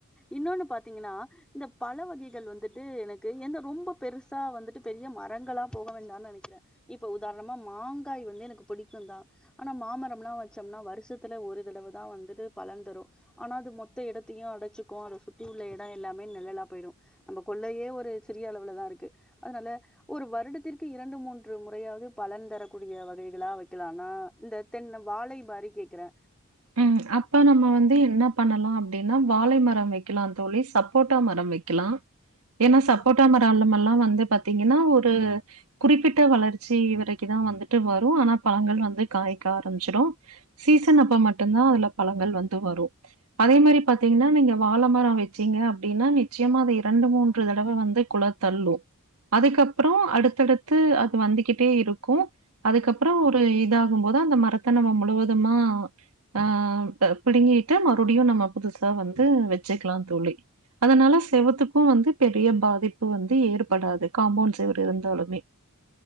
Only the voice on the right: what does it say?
ம் அப்ப நம்ம வந்து என்ன பண்ணலா அப்டின்னா வாழை மரோ வெக்கலா தோழி சப்போட்டா மரோ வெக்கலா ஏனா சப்போட்டா மரோலமெல்லா வந்து பாத்தீங்கன்னா ஒரு குறிப்பிட்ட வளர்ச்சி வரைக்குதா வந்துட்டு வரு ஆனா பழங்கள் வந்து காய்க்க ஆரம்பிச்சிடு சீசன் அப்ப மட்டுந்தா அதுல பழங்கள் வந்து வரு அதே மாரி பாத்தீங்னா நீங்க வாழ மரோ வெச்சீங்க அப்டினா நிச்சயமா அது இரண்டு மூன்று தடவ வந்து குலத் தள்ளு அதுக்கப்றோ அடுத்தடுத்து அது வந்துகிட்டே இருக்கு அதுக்கப்றோ ஒரு இதாகும் போது அந்த மரத்த நம்ம முழுவதுமா அ ப பிடுங்கீட்டு மறுப்டியு நம்ம புதுசா வந்து வெச்சுக்கலா தோழி அதனால செவுத்துக்கு வந்து பெரிய பாதிப்பு வந்து ஏற்படாது காம்பவுண்ட் செவுரு இருந்தாலுமே